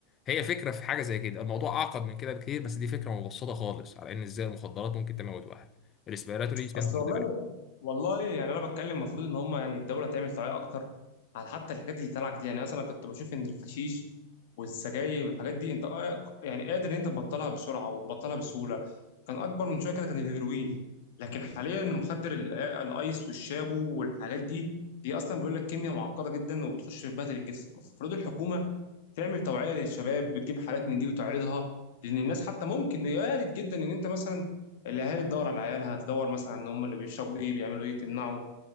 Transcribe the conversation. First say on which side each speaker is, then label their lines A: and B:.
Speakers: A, on the left; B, on the left.
A: هي فكره في حاجه زي كده الموضوع اعقد من كده بكتير بس دي فكره مبسطه خالص على ان ازاي المخدرات ممكن تموت واحد الريسبيراتوري سيندروم
B: اصل والله والله يعني انا بتكلم المفروض ان هم يعني الدوله تعمل توعيه اكتر على حتى الحاجات اللي طالعه جديد يعني مثلا كنت بشوف ان الحشيش والسجاير والحاجات دي انت آه يعني قادر ان انت تبطلها بسرعه وتبطلها بسهوله كان اكبر من شويه كده كان الهيروين لكن حاليا المخدر ال- آه، الايس والشابو والحاجات دي دي اصلا بيقول لك كيمياء معقده جدا وبتخش في بدل الجسم المفروض الحكومه تعمل توعيه للشباب بتجيب حالات من دي وتعرضها لان الناس حتى ممكن وارد جدا ان انت مثلا الاهالي تدور على عيالها تدور مثلا ان هم اللي بيشربوا ايه بيعملوا ايه تمنعوا